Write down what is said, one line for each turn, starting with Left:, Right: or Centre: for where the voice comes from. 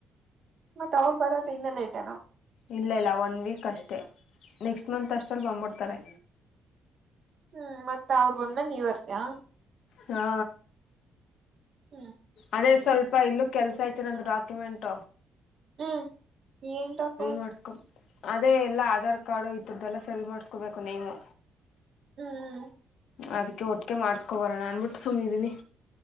Right: ಮತ್ತತ್ ಅವ್ರು ಬರೋದ ಇನ್ನು ಲೇಟೇನೋ
Left: ಇಲ್ಲ ಇಲ್ಲ ಒನ್ ವೀಕ್ ಅಷ್ಟೆ ನೆಕ್ಸ್ಟ್ ಮಂತ್ ಅಷ್ಟಲ್ಲಿ ಬಂದ್ಬಿಡ್ತಾರೆ
Right: ಹ್ಮ್ ಮತ್ ಅವ್ರ ಬಂದ್ಮೇನ್ ನೀವ್ರ್ತಿಯ
Left: ಹಾ
Right: ಹ್ಮ್
Left: ಅದೇ ಸ್ವಲ್ಪ ಇಲ್ಲೂ ಕೆಲ್ಸ ಐತಿ ನಂದು ಡಾಕ್ಯುಮೆಂಟ್
Right: ಹ್ಮ್ ಏಟಾಕ
Left: ಮಾಡ್ಸ್ಕೊ ಅದೇ ಎಲ್ಲಾ ಆಧಾರ್ ಕಾರ್ಡು ಈತರದ್ದಲ್ಲ ಸರಿ ಮಾಡಸ್ಕೋಬೇಕು ನೇಮು
Right: ಹ್ಮ್ ಹ್ಮ್
Left: ಅದಕ್ಕೆ ಒಟ್ಟಿಗೆ ಮಾಡ್ಕೊಬರೋಣ ಅನ್ಟ್ಟು ಸುಮ್ಮಿದ್ದೀನಿ